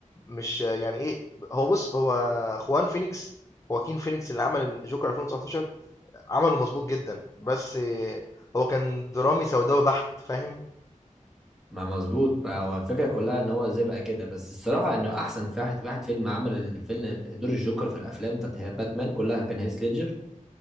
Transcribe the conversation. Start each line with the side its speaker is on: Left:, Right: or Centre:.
Left: مش يعني إيه، هو بُص هو خوان فينيكس خواكين فينيكس اللي عمل الجوكر 2019 عمله مضبوط جدًا، بس هو كان درامي سوداوي بحت، فاهم؟
Centre: ما مظبوط بقى هو الفكره كلها ان هو ازاي بقى كده بس الصراحه انه احسن واحد واحد فيلم عمل الفيلم دور الجوكر في الافلام بتاعت باتمان كلها كان هيث ليدجر